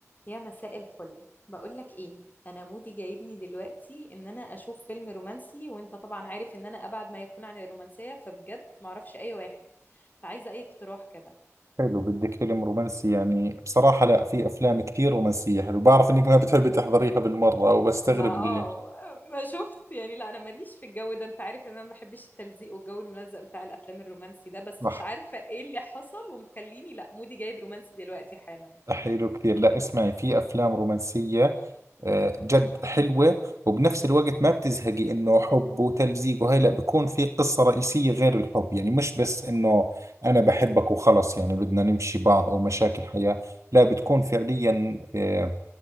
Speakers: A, on the left; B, on the right.
A: يا مساء الفل بقولك ايه انا مودي جايبني دلوقتي ان انا اشوف فيلم رومانسي وانت طبعا عارف ان انا ابعد ما يكون عن الرومانسية فبجد معرفش اي واحد فعايزة اي اقتراح كده
B: حلو بدك فيلم رومانسي يعني بصراحة لا في أفلام كثير رومانسية حلو بعرف إنك ما بتحبي تحضريها بالمرة وبستغرب
A: ما اه
B: ليش
A: ما شفت يعني لا انا ماليش في الجو ده انت عارف ان انا ما بحبش التلزيق والجو الملزق بتاع الافلام الرومانسي ده بس
B: صح
A: مش عارفة ايه اللي حصل ومخليني لا مودي جايب رومانسي دلوقتي حالا
B: حلو كثير لا اسمعي في أفلام رومانسية آه، جد حلوة وبنفس الوقت ما بتزهقي إنه حب وتلزيق وهي لا بيكون في قصة رئيسية غير الحب يعني مش بس إنه أنا بحبك وخلص يعني بدنا نمشي بعض أو مشاكل حياة لا بتكون فعليا آه،